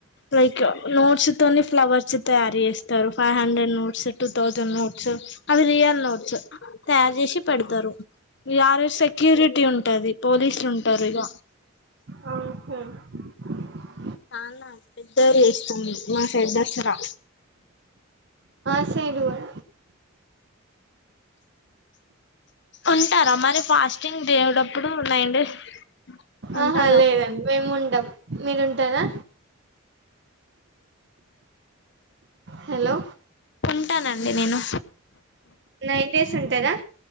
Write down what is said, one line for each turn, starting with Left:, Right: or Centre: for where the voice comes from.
Left: లైక్ నోట్స్ తోని ఫ్లవర్స్ తయారు చేస్తారు five hundred notes two thousand notes అవి రియల్ నోట్స్ తయారు చేసి పెడతారు, ఇగ ఆ రోజు సెక్యూరిటీ ఉం టది పోలీసులు ఉంటరు ఇగ
Right: <unintelligible>
Left: చాలా పెద్దగా చేస్తాం మా సైడ్ దసరా
Right: ఇట్ సైడ్ కూడా
Left: ఉంటారా మరి ఫాస్టింగ్ దేవుడప్పుడు నైన్ డేస్ ఉంటారు
Right: ఆహా
Left: లోపు
Right: లేదండి మేము ఉండం మీరుంటారా హలో
Left: ఉంటానండి నేను
Right: నైన్ డేస్ ఉంటరా